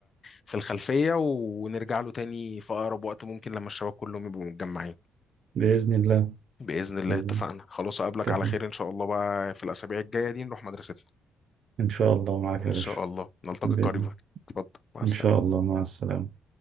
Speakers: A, on the left (about 40°); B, on the right (about 60°).
A: في الخلفية ونرجع له تاني في أقرب وقت ممكن لما الشباب كلهم يبقوا متجمعين
B: بإذن الله
A: بإذن الله
B: بإذن
A: اتفقنا
B: الله
A: خلاص أقابلك
B: اتفقنا.
A: على خير إن شاء الله بقى في الأسابيع الجاية دي نروح مدرستنا
B: إن شاء الله معاك يا
A: إن شاء
B: باشا
A: الله نلتقي
B: بإذن
A: قريبا اتفضل مع السلامة
B: إن شاء الله مع السلامة